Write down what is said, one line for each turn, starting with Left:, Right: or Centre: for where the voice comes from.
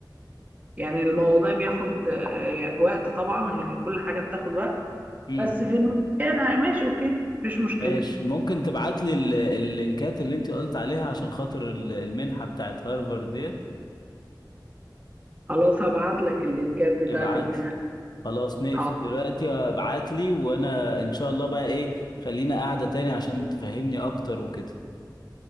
Right: يعني الموضوع بياخد آه، وقت طبعا يعني كل حاجه بتاخد وقت
Left: امم
Right: بس في المكان ماشي اوكي مفيش مشكله
Left: ماشي ممكن تبعت لي ال- اللينكات اللي انت قلت عليها عشان خاطر ال- المنحه بتاعت هارفارد ديت
Right: خلاص هبعت لك اللينكات بتاعت
Left: ابعت
Right: المنحه
Left: لي خلاص نقفل
Right: حاضر،
Left: دلوقتي ابعت لي وانا ان شاء الله بقى ايه خلينا قاعده تاني عشان تفهمني اكتر وكده